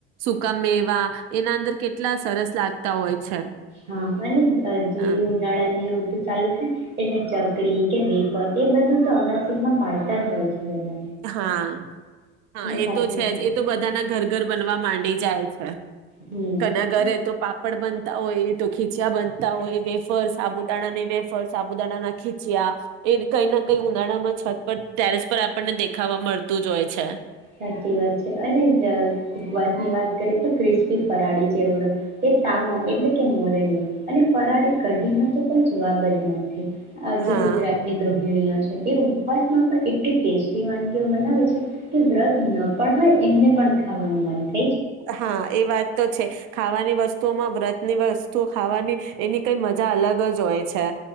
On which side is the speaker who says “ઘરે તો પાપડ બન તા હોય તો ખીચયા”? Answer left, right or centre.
Right